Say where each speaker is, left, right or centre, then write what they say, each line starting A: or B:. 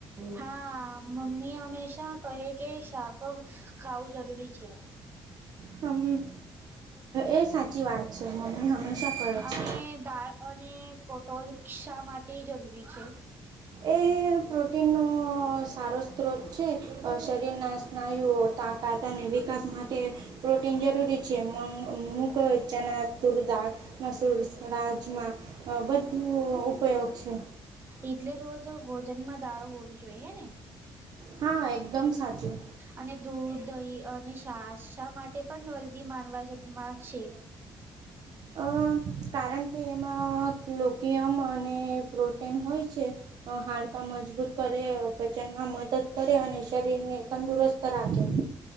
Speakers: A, on the right (about 30°); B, on the right (about 55°).
A: હા મમ્મી હંમેશા કહે કે શાક ખાવું જરૂરી છે.
B: હમ એ સાચી વાત છે મમ્મી હંમેશા કરહે છે.
A: અને દાળ અને કોટો રિકષા માટે જરૂરી છે.
B: એ પ્રોટીનનો સારો સ્ત્રોત છે, શરીરના સ્નાયુઓ તાકાત અને વિકાસ માટે. પ્રોટીન જરૂરી છે મ મુક ચણા તુરદા મસૂર રાજમા બધું ઉપયોગ છે.
A: એટલે રોજ ભોજનમાં દાળો હોવી જોઈએ હે ને.
B: હા એકદમ સાચું.
A: અને દૂધ દહી અને સાા માટે પણ દલ્દી માનવામાં છે.
B: અ કારણ કે એમાં લોકયમ અને પ્રોટીન હોય છે. હાડકાં મજબૂત કરે વચનમાં મદદ કરે અને શરીરને તંદુરસ્ત રાખે.